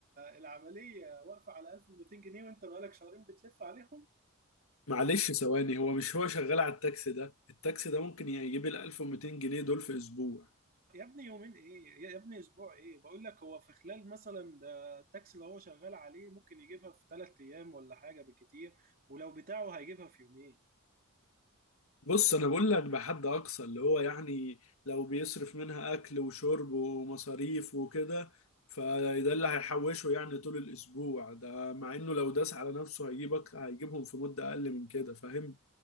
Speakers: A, on the right (about 40°); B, on the left (about 70°).
A: العمليه واقفه على 1200 جنيه وانت بقالك شهرين بتلف عليهم
B: معلش ثواني هو مش هو شغال على التاكسي ده التاكسي ده ممكن يجيب ال 1200 جنيه دول في اسبوع
A: يا ابني يومين ايه يا يا ابني اسبوع ايه بقول لك هو في خلال مثلا ده التاكسي اللي هو شغال عليه ممكن يجيبها في ثلاث ايام ولا حاجه بالكتير ولو بتاعه هيجيبها في يومين
B: بص انا بقول لك بحد اقصى اللي هو يعني لو بيصرف منها اكل وشرب ومصاريف وكده فده اللي هيحوشه يعني طول الاسبوع ده مع انه لو داس على نفسه هيجيبك هيجيبهم في مدة اقل من كده فاهم